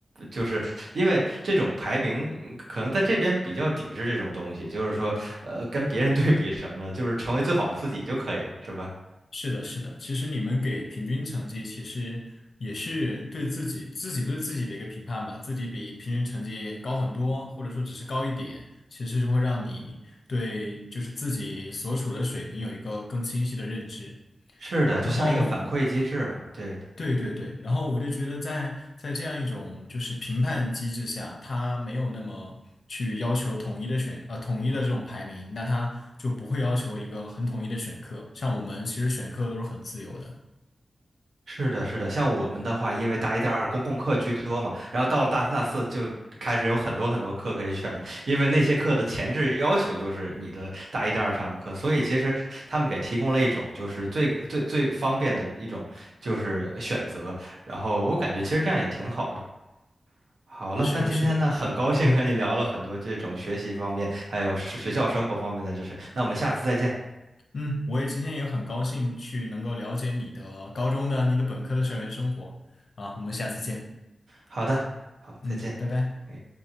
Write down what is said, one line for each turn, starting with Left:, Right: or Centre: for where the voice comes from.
Right: 就是因为这种排名嗯可能在这边比较抵制这种东西，就是说，呃，跟别人对比什么的，就是成为最好的自己就可以了，是吧？
Left: 是的，是的，其实你们给平均成绩，其实也是对自己自己对自己的一个评判吧。自己比平均成绩高很多，或者说只是高一点，其实就会让你对就是自己所处的水平有一个更清晰的认知。
Right: 是的，
Left: 然后，
Right: 就像一个反馈机制嘛，对的，
Left: 对对对，然后我就觉得在在这样一种就是评判机制下，它没有那么去要求统一的选呃统一的这种排名，那他就不会要求一个很统一的选课。像我们其实选课都是很自由的。
Right: 是的，是的。像我们的话，因为大一、大二公共课居多嘛，然后到了大三、大四就开始有很多很多课可以选了，因为那些课的前置要求就是你的大一、大二上的课，所以其实他们给提供了一种就是最最最方便的一种就是选择，然后我感觉其实这样也挺好的。好了，
Left: 是的，
Right: 那今天呢，
Left: 是的，
Right: 很高兴和你聊了很多这种学习方面，
Left: 嗯
Right: 还有是学校生活方面的知识。那我们下次再见。
Left: 嗯，我也今天也很高兴去能够了解你的高中的、你的本科的校园生活啊，我们下次见，
Right: 好的，好，
Left: 嗯，
Right: 再见。
Left: 拜拜。
Right: 哎。